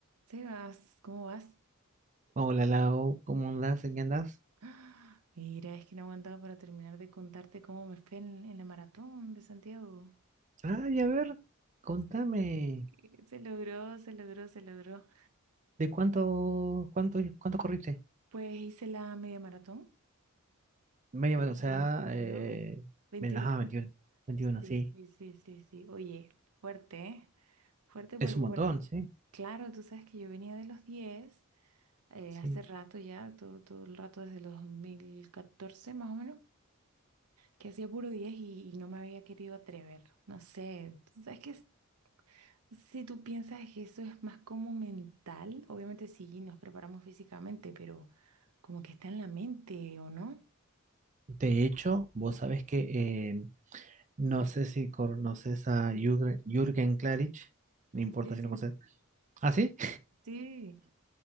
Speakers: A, on the right; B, on the right.
A: Sebas, ¿cómo vas?
B: Hola Lau, ¿cómo andás? ¿En qué andás?
A: <gasps> ¡Ah! Mira, es que no aguantaba para terminar de contarte cómo me fue en, en la maratón de Santiago.
B: Ah, y a ver, contame,
A: Eh, Se logró, se logró, se logró.
B: ¿de cuánto, cuánto, cuánto corriste?
A: Pues hice la media maratón,
B: Media
A: la
B: maratón, o sea,
A: 21,
B: eh,
A: 21K.
B: men- ajá, 21, 21,
A: Sí,
B: sí.
A: sí, sí, sí, sí. Oye, fuerte, ¿eh? Fuerte
B: Es
A: porque,
B: un
A: bueno,
B: montón, sí,
A: claro, tú sabes que yo venía de los 10 eh,
B: sí.
A: hace rato ya, todo, todo el rato desde los 2014 más o menos. que hacía puro 10 y, y no me había querido atrever. No sé, tú sabes que es- si tú piensas que eso es más como mental, obviamente sí nos preparamos físicamente, pero como que está en la mente, ¿o no?
B: De hecho, vos sabés que eh, no sé si conoces a Jürgen, Jürgen Klarich, no importa
A: Sí,
B: si
A: sí.
B: no conoces. Ah, sí.
A: Sí,